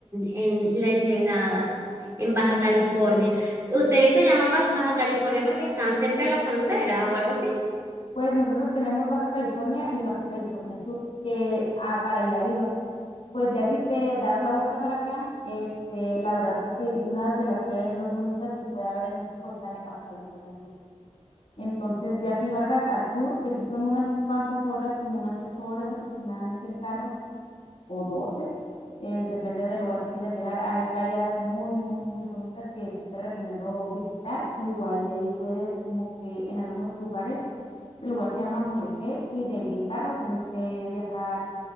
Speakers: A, on the right (about 25°); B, on the left (about 60°).
A: en La Ensenada, en Baja California. ¿Ustedes se llaman Ba- Baja California porque están cerca de la frontera o algo así?
B: Pues nosotros tenemos Baja California y Baja California Sur, que ah, para allá iba. Pues ya si te das la vuelta para acá, este, la verdad es que unas de las playas más bonitas que puede haber en México están en Baja California Sur. Entonces ya si bajas al sur, que sí son unas cuantas horas, como unas ocho horas aproximadamente en carro, o doce Es, depende del lugar que quieras llegar. Hay playas muy, muy, muy bonitas que sí te recomiendo visitar. Igual, y ahí puedes como que en algunos lugares, el lugar se llama Mulegé y de allí en carro tienes que viajar